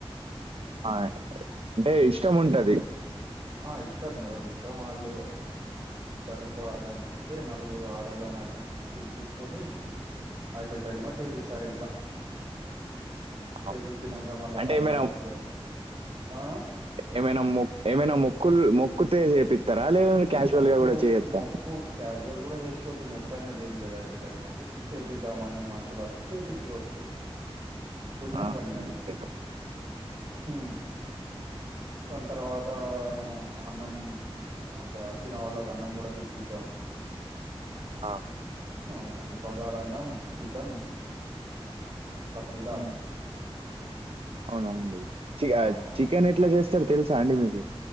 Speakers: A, on the right; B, on the right.
A: ఆ అంటే ఇష్టం ఉంటది
B: ఆ ఇష్టమే ఎవరి ఇష్టం వాళ్ళు చదువుకోవాలి అనిపిస్తే నలుగురు ఆడోళ్ళని అటు ఇటు పిలిపించుకొని అయితే కరీమా చేపిస్తారు ఇంట్లా చేపచ్చినాక
A: అవునా!
B: మల్ల
A: అంటే
B: తల్లాళ్లకు
A: ఏమైనా
B: ఆ
A: ఏమైనా మొ ఏమైనా మొక్కులు మొక్కుతే చేపిస్తారా లేద క్యాషువల్
B: మొక్కు
A: గా కూడ చేయోచ్చా
B: మొక్కు క్యాజువల్ కూడా చేసుకోవచ్చు మొక్కు అనేది ఏం లేదు అయితే కరిమాకు చేయిద్దామని మనసులు వత్తే చేపించుకోవచ్చు
A: <inaudible>
B: పుణ్యం
A: ఆహా!
B: పని అది
A: అంతేనా?
B: ఉ దాని తర్వాత అన్నం అంటే వచ్చిన వాళ్ళకి అన్నం కూడా తినిపించాం
A: ఆ
B: అవునా అండి బగార అన్నం చికెన్ పట్టిదాలు
A: హ్మ్. అవునా అండి చి
B: అవునండి
A: చికెన్ ఎట్లా చేస్తారో తెలుసా అండి మీకు